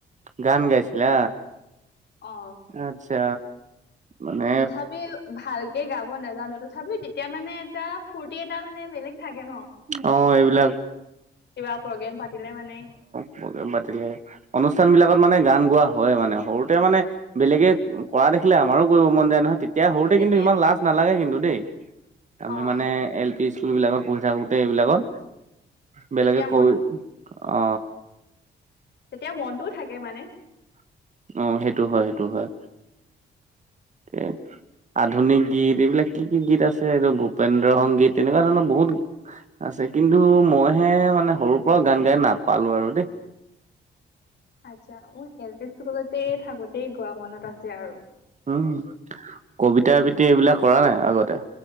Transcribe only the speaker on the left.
অ
তথাপি ভালকে গাব নাজানো তথাপি তেতিয়া মানে এটা ফূৰ্তি এটা মানে বেলেগ থাকে ন?
<inaudible> কিবা প্ৰগ্ৰেম পাতিলে মানে।
তেতিয়া
অ
তেতিয়া
মন
তেতিয়া মনটোও থাকে মানে।
আচ্ছা, মোৰ এল পি স্কুলতে থাকোতেই গোৱা মনত আছে আৰু।